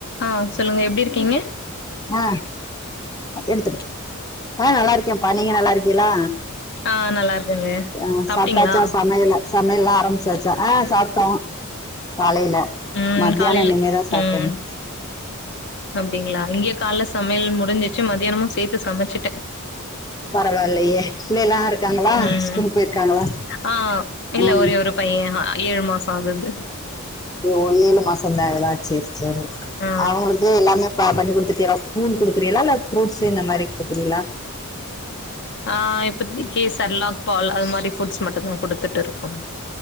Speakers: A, on the left; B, on the left.
A: ஆ சொல்லுங்க எப்டி இருக்கீங்க
B: ஆ எடுத்துரு ஆ நல்லா இருக்கேம்பா நீங்க நல்லா இருக்கீகளா
A: ஆ நல்லா இருக்கேங்க
B: அ
A: சாப்ட்டீங்களா
B: சாப்டாச்சா சமயல சமையல்லா ஆரம்பிச்சாச்சா ஆ சாப்ட்டோம் காலைல
A: ம்
B: மத்யானோ
A: காலைல
B: இனிமேதா சாப்பனும்
A: ம் அப்டிங்களா இங்க கால்ல சமயல் முடிஞ்சிச்சு மதியானமு சேத்து சமச்சுட்ட
B: பரவாயில்லையே பில்லைலா இருக்காங்களா
A: ம்
B: ஸ்கூல் போயிருக்காங்களா
A: ஆ இல்ல
B: ம்
A: ஒரே ஒரு பைய ஏழு மாச ஆகுது
B: ஓ ஏழு மாசந்தாகுதா செரி செரி
A: ஆ
B: அவுங்களுக்கு எல்லாமே பா பண்ணி கொடுத்திட்டிகளா கூல் கொடுக்குறீகளா இல்ல ஃப்ரூட்ஸ் இந்த மாரி கொடுக்குறீகளா
A: ஆ இப்பதிக்கி செர்லாக் பால் அது மாரி புட்ஸ் மட்டுதா குடுத்துட்டு இருக்கோ